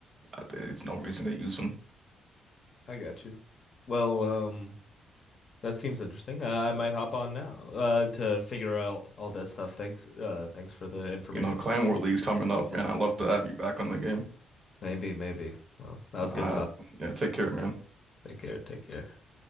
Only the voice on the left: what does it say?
I got you. Well, um, That seems interesting. Uh, I might hop on now uh, to figure out all that stuff. Thanks. Uh, thanks for the information.
Maybe, maybe. Well, that was
a good talk.
Take care. Take care.